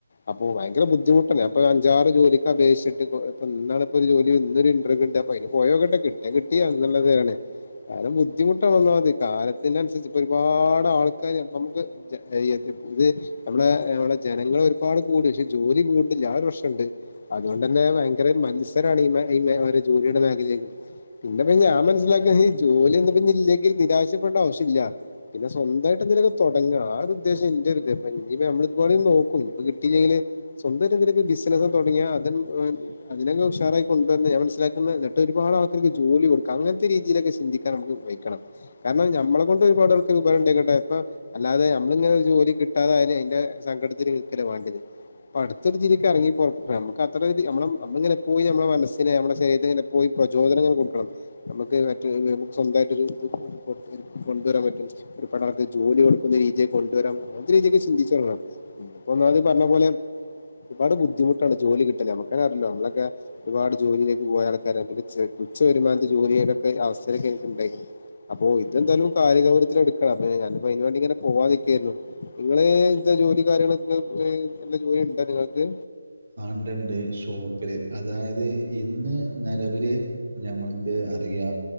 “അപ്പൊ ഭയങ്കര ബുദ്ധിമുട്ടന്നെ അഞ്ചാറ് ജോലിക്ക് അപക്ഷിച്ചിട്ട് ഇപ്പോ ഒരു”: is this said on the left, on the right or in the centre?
Left